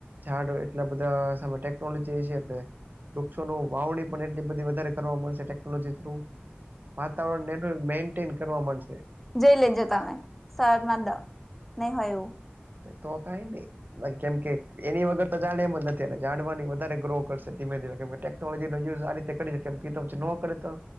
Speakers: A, on the right (about 50°); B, in the centre.
A: ઝાડ એટલા બધા સામે ટેકનોલોજી છે એટલે વૃક્ષો નું વાવણી પણ એટલી બધી વધારે કરવા મળશે ટેકનોલોજી થ્રુ વાતાવરણ નેટવક મેન્ટેન કરવા મળશે.
B: જોઈ લેજો તમે શરદમાં દ નહી હોય એવુ
A: તો કઈ નહી કેમ કે એની વગર તો ચલે એમ જ નથી અને જાડવાની વધારે ગ્રો કરશે ધીમે ધીમે કેમ ટેકનોલોજી નો યુઝ આ રીતે કરી નો કરે તો